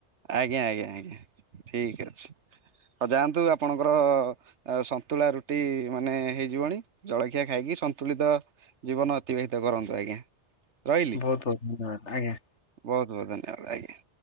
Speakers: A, on the right; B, on the left.
A: ଆଜ୍ଞା ଆଜ୍ଞା ଆଜ୍ଞା ଠିକ ଅଛି। ହଁ ଯାଆନ୍ତୁ ଆପଣଙ୍କର ସନ୍ତୁଳା ରୁଟି ମାନେ ହେଇଯିବଣୀ ଜଳଖିଆ ଖାଇକି ସନ୍ତୁଳିତ ଜୀବନ ଅତିବାହିତ କରନ୍ତୁ, ଆଜ୍ଞା। ରହିଲି
B: ବହୁତ ବହୁତ ଧନ୍ୟବାଦ ଆଜ୍ଞା।
A: ବହୁତ ବହୁତ ଧନ୍ୟବାଦ ଆଜ୍ଞା।